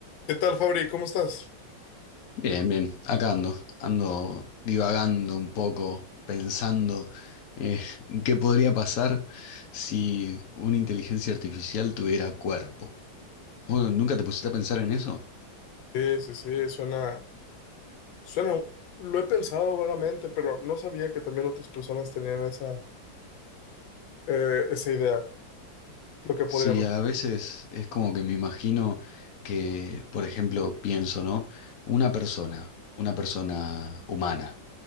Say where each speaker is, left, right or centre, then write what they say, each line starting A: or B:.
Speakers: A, on the left (about 80°); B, on the left (about 60°).
A: ¿Qué tal, Fabri? ¿Cómo estás?
B: Bien, bien, acá ando, ando divagando un poco, pensando eh, qué podría pasar si una inteligencia artificial tuviera cuerpo. ¿Vos ¿Nunca te pusiste a pensar en eso?
A: Sí, sí, sí, suena, suena, lo he pensado vagamente, pero no sabía que también otras personas tenían esa, eh, esa idea, lo que
B: Sí,
A: podría pasar.
B: a veces es como que me imagino que, por ejemplo, pienso, ¿no? Una persona, una persona humana.